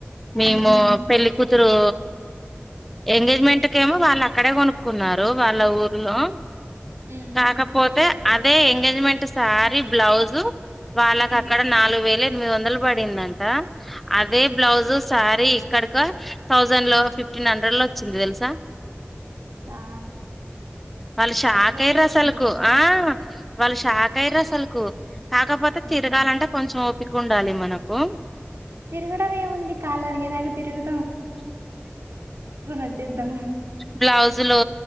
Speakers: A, in the centre; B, on the right (about 85°).
A: మేము
B: హ్మ్
A: పెళ్లిికుతురు ఎంగేజ్మెంట్ కేమో వాళ్ళు అక్కడే కొనుక్కున్నారు వాళ్ళ ఊర్లో
B: హ్మ్
A: కాకపోతే అదే ఎంగేజ్మెంట్ సారీ బ్లౌజు వాళ్ళకి
B: హ్మ్
A: అక్కడ నాలుగు వేల ఎనిమిది వందలు పడిందంట అదే బ్లౌజు శారీ ఇక్ ఇక్కడకో థౌజండ్ లో ఫిఫ్టీన్ హండ్రెడ్ లో వచ్చింది తెలుసా
B: ఆ
A: వాళ్ళు షాక్
B: తక్కువలో
A: అయిర్రు
B: వచ్చిందిగా
A: అసలుకు ఆ వాళ్ళు షాక్ అయిర్రాసలుకు కాకపోతే
B: హ్మ్
A: తిరగాంటే కొంచెం ఒ పీకుండాలి మనకు
B: తిరగడం ఏముంది కాలు అరిగేదాకా తిరుగు వచ్చేద్దాం
A: బ్లాౌజ్ లో